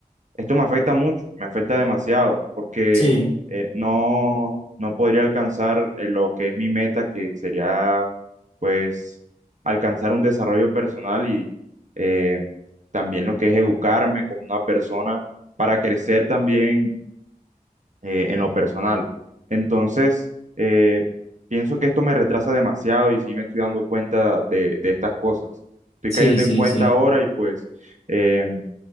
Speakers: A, on the right; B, on the left.
A: esto me afecta mucho, me afecta demasiado porque
B: Sí,
A: eh, no, no podría alcanzar eh, lo que es mi meta, que sería pues alcanzar un desarrollo personal y eh, también lo que es educarme como una persona para crecer también eh, en lo personal. Entonces, eh, pienso que esto me retrasa demasiado y sí me estoy dando cuenta de, de estas cosas. Estoy
B: sí,
A: cayendo
B: sí,
A: en cuenta
B: sí.
A: ahora y pues eh,